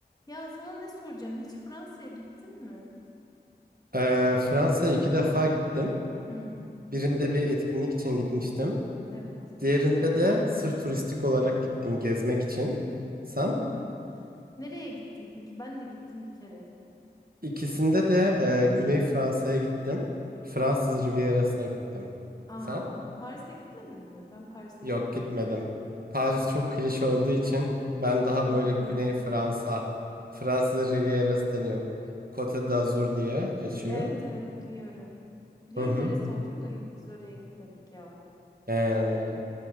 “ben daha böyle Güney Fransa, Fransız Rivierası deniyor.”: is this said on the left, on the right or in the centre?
Right